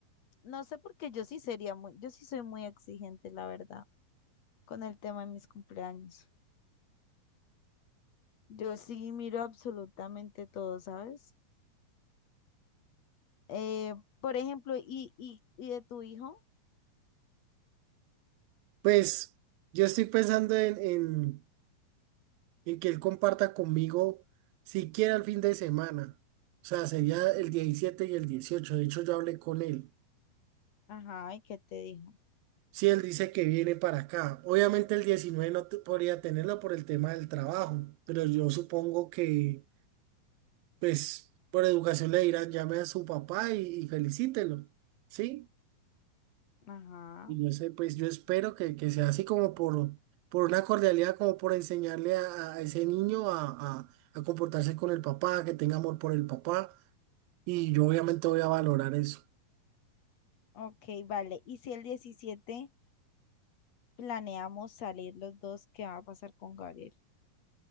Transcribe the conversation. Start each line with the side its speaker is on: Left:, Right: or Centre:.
Left: No sé porque yo sí sería muy, yo sí soy muy exigente, la verdad, con el tema de mis cumpleaños. Yo sí miro absolutamente todo, ¿sabes? Eh, por ejemplo, y, y, y de tu hijo.
Right: Pues yo estoy pensando en, en, en que él comparta conmigo siquiera el fin de semana. O sea, sería el 17 y el dieciocho De hecho, yo hablé con él.
Left: Ajá, ¿y qué te dijo?
Right: Si él dice que viene para acá, obviamente el 19 no te- podría tenerlo por el tema del trabajo, pero yo supongo que, pues, por educación le dirán, llame a su papá y, y felicítelo. ¿Sí?
Left: Ajá.
Right: Y yo sé, pues yo espero que, que sea así como por, por una cordialidad, como por enseñarle a, a ese niño a, a- a comportarse con el papá, que tenga amor por el papá. Y yo obviamente voy a valorar eso.
Left: Ok, vale. ¿Y si el 17 planeamos salir los dos, qué va a pasar con Gabriel?